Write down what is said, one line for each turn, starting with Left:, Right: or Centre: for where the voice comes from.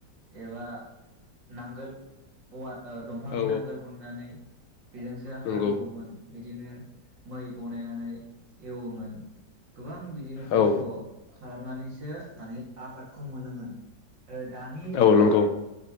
Right: एबा नांगोल औवा ओ दंफांनि
Left: औ
Right: नांगोल मोननानै <unintelligible> बेजोंसो
Left: नंगौ
Right: हालोवोमोन। बिदिनो मै बनायनानै एवोमोन । गोबां बिदिनो खस्थ'
Left: औ
Right: खालामनानैसो माने आबाद खौ मोनोमोन। ओ दानि
Left: औ
Right: ओ
Left: नंगौ